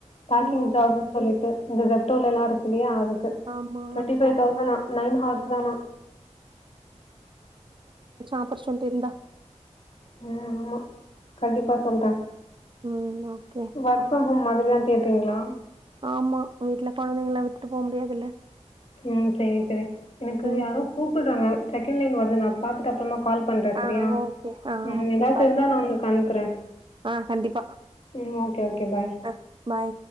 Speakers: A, on the left (about 55°); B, on the right (about 40°).
A: பேக்கிங்
B: ம்
A: ஜாப்னு
B: ம்
A: சொல்லிட்டு இந்த ஜப்டோலெல்லாம் இருக்கு இல்லையா அதுக்கு
B: ஆமா
A: டுவெண்டி ஃபைவ் தௌசன்னா நைன் ஹாவர்ஸ் தானா
B: ஆப்பர்சுவனிட்டி இருந்தா
A: ம் ஆம்மா கண்டிப்பா சொல்றேன்
B: ம் ஓகே
A: ஒர்க் ஃப்ரம் ஹோம் மாதிரிதான் கேட்டுறீங்களா
B: ஆமா வீட்டுல குழந்தைங்கெல்லா விட்டுட்டு போக முடியாதுல்ல
A: ம் சேரி சேரி எனக்கு
B: ம்
A: யாரோ கூப்புறாங்க செகண்ட் லைன் வருது நான் பாத்துட்டு அப்புறமா கால் பண்றேன்
B: ஆ
A: சரியா
B: ஓகே ஆ
A: உம்
B: ஓகே
A: ஏதாச்சம்
B: பாய்
A: இருந்தா நான் உனக்கு அனுப்புறேன்.
B: ஆ கண்டிப்பா
A: ம். Okay, okay. பாய்.
B: ஆ பை